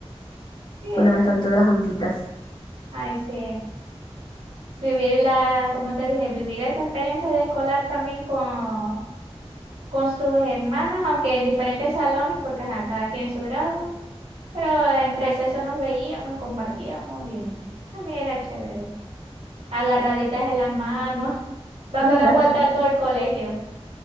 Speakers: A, on the right; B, on the left.
A: Sí,
B: Por lo menos están todas juntitas.
A: ay sí. Vivir la, como te dije, vivir esa experiencia de escolar también con, con sus hermanas, aunque en diferentes salones, porque ajá, cada quien en su grado. Pero en receso nos veíamos y compartíamos y también era chévere. Agarraditas de la mano, <laughs> dando
B: <laughs>
A: la vuelta a todo el colegio.